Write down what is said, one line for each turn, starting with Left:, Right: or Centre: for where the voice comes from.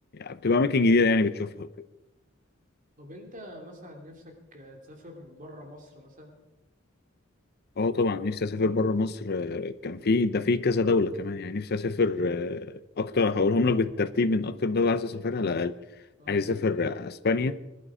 Left: بتبقى اماكن جديده يعني بتشوفها وكده.
Right: طب انت مثلا نفسك آه، تسافر بره مصر مثلا
Left: اه طبعا نفسي اسافر بره مصر آه، كان في ده في كذا دوله كمان يعني نفسي اسافر آه، اكتر هقولهم لك بالترتيب من اكتر دوله عايز اسافرها على الاقل
Right: اه قول
Left: عايز اسافر آه، اسبانيا